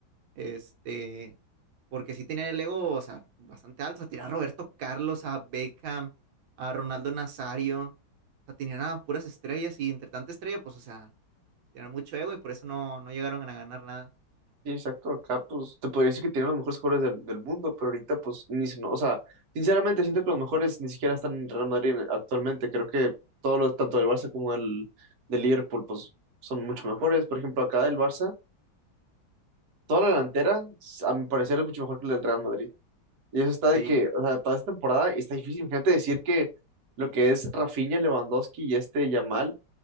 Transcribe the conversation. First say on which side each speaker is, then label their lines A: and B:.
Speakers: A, on the right; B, on the right.
A: Este, porque sí tenían el ego, o sea, bastante alto. O sea, tenían a Roberto Carlos, a Beckham, a Ronaldo Nazario. O sea, tenían a puras estrellas y entre tanta estrella, pues, o sea tener mucho ego y por eso no, no llegaron a ganar nada.
B: Sí, exacto, acá pues te podría decir que tienen los mejores jugadores del, del mundo, pero ahorita pues ni se- no, o sea, sinceramente siento que los mejores ni siquiera están en Real Madrid actualmente, creo que todos los, tanto del Barça como del, del Liverpool pues son mucho mejores, por ejemplo acá del Barça, toda la delantera s- a mi parecer es mucho mejor que la del Real Madrid, y eso está de
A: Sí,
B: que, o sea, toda esta temporada está difícil, imagínate decir que lo que es Rafinha, Lewandowski y este Yamal